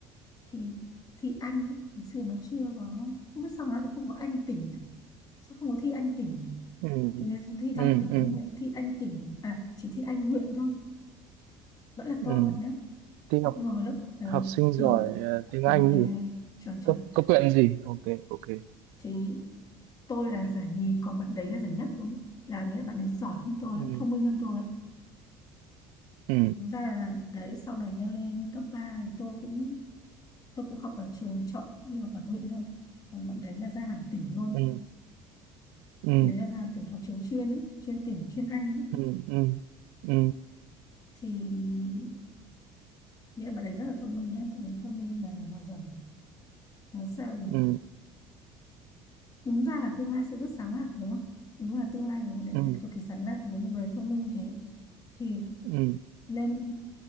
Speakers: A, on the left (about 35°); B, on the right (about 65°).
A: thi thi Anh ý. ngày xưa nó chưa có không biết sao nó lại không có Anh tỉnh nhỉ sao không có thi Anh tỉnh nhỉ
B: ừ
A: tôi ngày xưa thi
B: ừ
A: Văn tỉnh
B: ừ
A: nhưng lại thi Anh tỉnh à chỉ thi Anh huyện thôi vẫn là
B: ừ
A: tôi bạn nhé
B: tiếng
A: nhưng
B: học
A: mà hồi lớp ờ,
B: học sinh
A: thì
B: giỏi ờ, tiếng
A: yeah,
B: Anh
A: yeah,
B: gì
A: chuẩn chuẩn
B: cấp cấp huyện gì ok ok
A: thì tôi là giải nhì còn bạn đấy là giải nhất luôn á. là nghĩa là bạn ấy giỏi hơn tôi
B: ừ
A: á, thông minh hơn tôi á.
B: ừ
A: Đúng ra là đấy sau này nha lên cấp 3 thì tôi cũng tôi cũng học ở trường chọn nhưng mà ở huyện thôi còn bạn đấy là ra hẳn tỉnh luôn
B: ừ ừ
A: bạn đấy là ra hẳn tỉnh học trường chuyên ý, chuyên tỉnh chuyên Anh ý.
B: ừ ừ ừ ừ.
A: thì nghĩa là bạn đấy rất là thông minh nhá bạn đấy thông minh mà học giỏi nói sao nhỉ
B: ừ
A: đúng ra là tương lai sẽ rất sáng lạn đúng không đúng là tương lai của bạn đấy
B: ừ
A: phải cực kỳ sáng lạn với một người thông minh như thế thì
B: ừ
A: lên